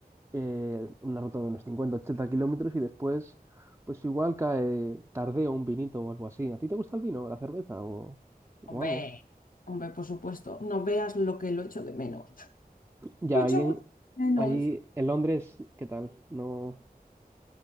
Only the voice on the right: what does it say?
eh, una ruta de unos 50, 80 kilómetros y después, pues igual cae tardeo un vinito o algo así. ¿A ti te gusta el vino, la cerveza o, o
algo?
Ya,
ahí en,
ahí en Londres, ¿qué tal? No,